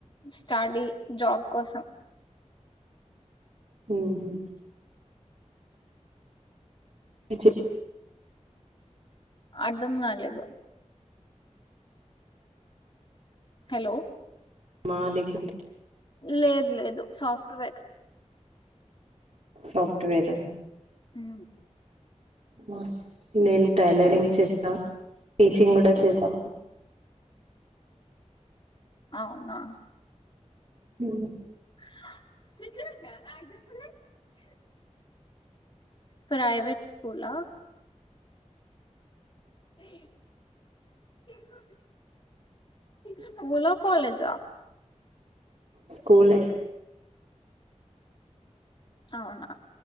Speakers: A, on the left; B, on the right.
A: స్టడీ జాబ్ కోసం
B: ఉహు ఇచ్చే
A: అర్దం కాలేదు హలో
B: మాలిక్
A: లేదు లేదు సాఫ్ట్ టూవే
B: సాఫ్ట్వేరా
A: హు
B: ఆ నేను టైలరింగ్ చేసా టీచింగ్ కూడా చేసా
A: అవునా
B: హు
A: ద ప్రైవేట్ స్కూల్ లా ఏ ప స్కూల్ కాలేజా
B: స్కూలే
A: అవున